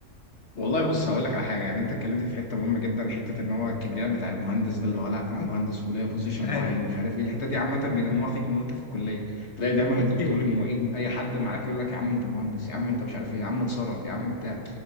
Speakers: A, on the left (about 55°); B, on the left (about 25°).
A: والله بص هقول لك على حاجه يعني انت اتكلمت في حته مهمه جدا حته ان هو الكبرياء بتاع المهندس ده اللي هو لا انا
B: <laughs>
A: مهندس وليا بوزيشن
B: ايوه
A: معين ومش عارف ايه الحته دي عامه بينموها فيك من وانت في الكليه تلاقي دايما
B: <laughs>
A: الدكتور
B: ايوه
A: المعيد اي حد معاك يقول لك يا عم انت مهندس يا عم انت مش عارف ايه يا عم اتصرف يا عم بتاع